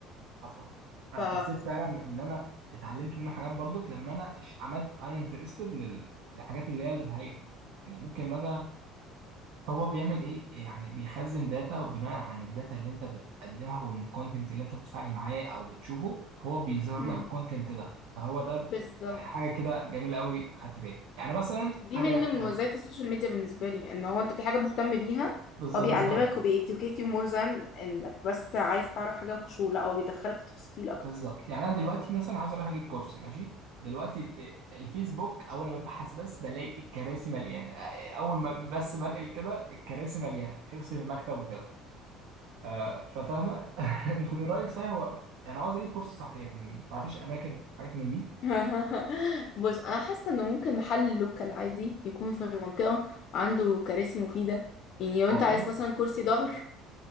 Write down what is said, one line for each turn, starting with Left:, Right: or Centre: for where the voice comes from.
Right: حصل انا
Left: ف
Right: حسيت فعلا ان انا اتعلمت منه حاجات برضك لما انا ش- عملت انا انترستد لل... للحاجات اللي هي الهايفه يعني ممكن مثلا هو بيعمل ايه يعني بيخزن داتا وبناء عن الداتا اللي انت بتقدمها والكونتنت اللي انت بتتفاعل معاه او بتشوفه هو بيظهر
Left: مم.
Right: لك الكونتنت ده فهو ده ب-
Left: بالظبط
Right: يعني حاجه كده جميله قوي خدت بالي يعني مثلا
Left: دي
Right: حاجه
Left: من
Right: ضحكه
Left: من
Right: قوي
Left: مميزات السوشيال ميديا بالنسبه لي ان هو انت في حاجه مهتم بيها
Right: بالظبط
Left: هو بيعلمك
Right: بيظهر
Left: وبيeducate you more than انك بس عايز تعرف حاجه وقشور لا هو بيدخلك في تفاصيل اكتر
Right: بالظبط يعني انا دلوقتي مثلا عاوز اروح اجيب كرسي ماشي دلوقتي إيه، الفيسبوك اول ما ببحث بس بلاقي الكراسي مليانه اول ما بس بنقل كده الكراسي مليانه كرسي للمكتب وكده آه ففاهمه <laughs> انت من رايك صحيح هو انا عاوز اجيب كرسي صحيح من تعرفيش اماكن حاجات من دي
Left: <laughs> بص انا حاسه انه ممكن محل لوكال عادي يكون في المنطقه عنده كراسي مفيده يعني لو
Right: والله
Left: انت عايز مثلا كرسي ظهر